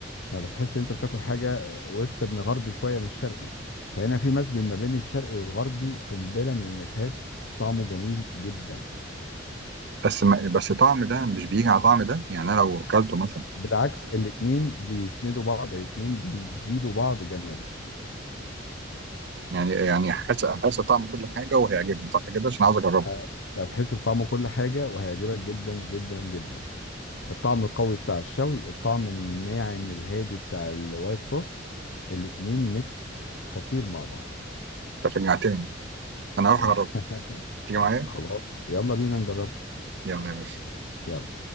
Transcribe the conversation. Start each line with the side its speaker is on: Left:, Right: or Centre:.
Left: فتحس ان انت بتاكل حاجه ويسترن غربي شويه مش شرقي فهنا في مزج ما بين الشرقي والغربي قنبله من النكهات طعمه جميل جدا
Right: بس ما بس طعم ده مش بيجي على طعم ده يعني انا لو اكلته مثلا
Left: بالعكس الاتنين بيسندوا بعض الاتنين بيزيدوا بعض جمال
Right: يعني يعني حاسس حاسس طعم كل حاجه وهيعجبني صح كده عشان عاوز اجربه
Left: ه- هتحس بطعم كل حاجه وهيعجبك جدا جدا جدا الطعم القوي بتاع الشوي الطعم الناعم الهادي بتاع الوايت صوص الاتنين ميكس خطير مع بعض
Right: انت شجعتني انا هروح
Left: <laughs>
Right: اجربه تيجي معايا
Left: خلاص يلا بينا نجربها
Right: يلا يا باشا
Left: يلا